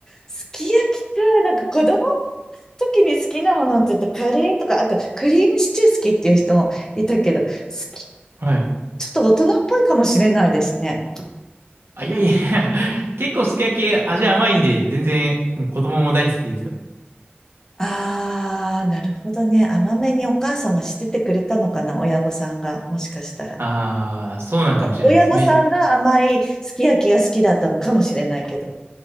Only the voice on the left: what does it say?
すき焼きか、なんか子供の時に好きなものって言うとカレーとか、あとクリームシチュー好きっていう人もいたけど、好き、
ちょっと大人っぽいかもしれないですね。
ああ、なるほどね。甘めにお母さんがしててくれたのかな、親御さんが、もしかしたら。
親御さんが甘いすき焼きが好きだったのかもしれないけど。